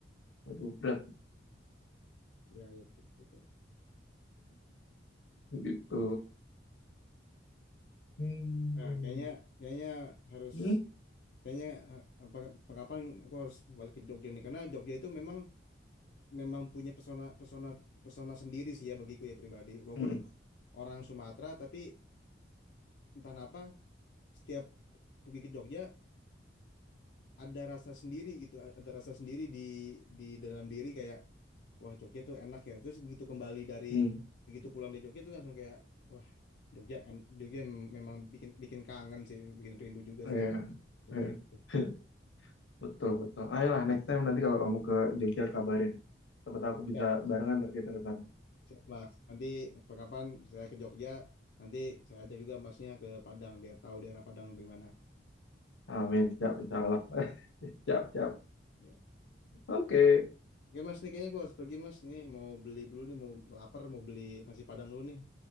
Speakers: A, on the left; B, on the left.
A: Waduh, berat
B: Iya, iya betul betul. betul.
A: gitu. Hmm.
B: Nah, kayaknya kayaknya harus
A: Hmm.
B: kayaknya eh, apa, apa- kapan aku harus balik ke Jogja nih karena Jogja itu memang memang punya pesona pesona pesona sendiri sih ya bagiku ya pribadi. Walaupun
A: Hmm.
B: aku orang Sumatera tapi entah kenapa setiap pergi ke Jogja ada rasa sendiri gitu, a- ada rasa sendiri di di dalam diri kayak wah Jogja tuh enak ya terus begitu kembali dari
A: Hmm.
B: begitu pulang dari Jogja tuh langsung kayak wah Jogja en- Jogja memang bikin bikin kangen sih bikin rindu juga
A: Eh.
B: sih ke
A: Eh.
B: Jogja itu.
A: <laughs> Betul, betul. Ayolah, next time nanti kalau kamu ke Jogja kabarin. Siapa tahu aku bisa
B: siap
A: barengan ntar kita ke sana.
B: siap mas nanti kapan saya ke Jogja nanti saya ajak juga masnya ke Padang biar tahu daerah Padang gimana
A: Amin, siap, insya Allah. <laughs> Siap, siap.
B: ya.
A: Oke.
B: Oke mas nih kayaknya aku harus pergi mas nih mau beli dulu nih mau lapar mau beli nasi Padang dulu nih